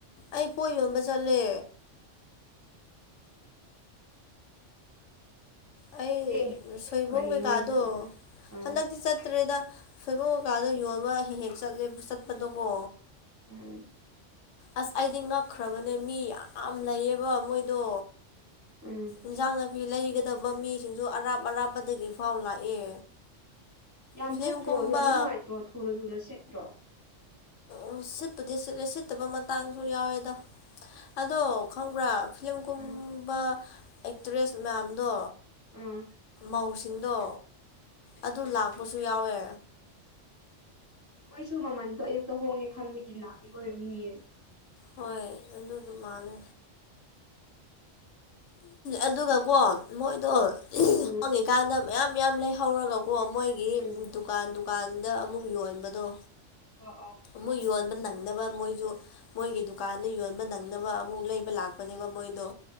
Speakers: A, on the left (about 80°); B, on the right (about 20°).
A: ꯑꯩ ꯄꯣꯏ ꯌꯣꯟꯕ ꯆꯠꯂꯦ ꯑꯩ
B: ꯑꯦ
A: ꯁꯣꯏꯕꯨꯝ
B: ꯀꯔꯤꯅꯣ
A: ꯀꯩꯀꯥꯗꯣ
B: ꯍꯥꯏꯁꯤꯕꯣ ꯎꯝ
A: ꯍꯟꯗꯛꯇꯤ ꯆꯠꯇ꯭ꯔꯦꯗ ꯁꯣꯏꯕꯨꯡ ꯀꯀꯥꯗ ꯌꯣꯟꯕ ꯍꯦꯛ ꯍꯦꯛ ꯆꯠꯂꯦ ꯆꯠꯄꯗꯣꯀꯣ
B: ꯎꯝ
A: ꯑꯁ ꯑꯩꯗꯤ ꯉꯛꯈ꯭ꯔꯕꯅꯦ ꯃꯤ ꯌꯥꯝ ꯂꯩꯌꯦꯕ ꯃꯣꯏꯗꯣ
B: ꯎꯝ
A: ꯏꯖꯥꯡꯅ ꯐꯤ ꯂꯩꯒ ꯐꯠꯇꯕ ꯃꯤꯁꯤꯡꯁꯨ ꯑꯔꯥꯞ ꯑꯔꯥꯞꯄꯗꯒꯤ ꯐꯥꯎ ꯂꯥꯛꯑꯦ
B: ꯌꯥꯝ
A: ꯐꯤꯂꯝꯒꯨꯝꯕ
B: ꯐꯠꯇ꯭ꯔꯣ ꯌꯣꯟꯕ ꯅꯨꯡꯉꯥꯏꯇ꯭ꯔꯣ ꯊꯨꯅ ꯊꯨꯅ ꯁꯦꯠꯇ꯭ꯔꯣ
A: ꯎ ꯁꯤꯠꯄꯨꯗꯤ ꯁꯤꯠꯂꯦ ꯁꯤꯠꯇꯕ ꯃꯇꯥꯡꯁꯨ ꯌꯥꯎꯋꯦꯗ ꯑꯗꯣ ꯈꯪꯕ꯭ꯔꯥ ꯐꯤꯂꯝꯒꯨꯝꯕ
B: ꯎꯝ
A: ꯑꯦꯛꯇ꯭ꯔꯦꯁ ꯃꯌꯥꯝꯗꯣ
B: ꯎꯝ
A: ꯃꯧꯁꯤꯡꯗꯣ ꯑꯗꯨ ꯂꯥꯛꯄꯁꯨ ꯌꯥꯎꯋꯦ
B: ꯃꯣꯏꯁꯨ ꯃꯃꯟꯗꯣ ꯑꯌꯨꯛꯇ ꯍꯣꯡꯉꯦ ꯈꯪꯕꯒꯤ ꯂꯥꯛꯄ ꯑꯣꯏꯔꯝꯅꯤꯌꯦ
A: ꯍꯣꯏ ꯑꯗꯨꯗꯨ ꯃꯥꯜꯂꯦ ꯑꯗꯨꯒꯀꯣ ꯃꯣꯏꯗꯣ
B: ꯎꯝ
A: ꯍꯣꯡꯉꯤꯀꯥꯟꯗ ꯃꯌꯥꯝ ꯌꯥꯝ ꯂꯩꯍꯧꯔꯒ ꯑꯣ ꯃꯣꯏꯒꯤ
B: ꯎꯝ
A: ꯗꯨꯀꯥꯟ ꯗꯨꯀꯥꯟꯗ ꯑꯃꯨꯛ ꯌꯣꯟꯕꯗꯣ
B: ꯑꯣ ꯑꯣ
A: ꯃꯣꯏ ꯌꯣꯟꯕ ꯅꯪꯅꯕ ꯃꯣꯏꯁꯨ ꯃꯣꯏꯒꯤ ꯗꯨꯀꯥꯟꯗ ꯌꯣꯟꯕ ꯅꯪꯅꯕ ꯑꯃꯨꯛ ꯂꯩꯕ ꯂꯥꯛꯄꯅꯦꯕ ꯃꯣꯏꯗꯣ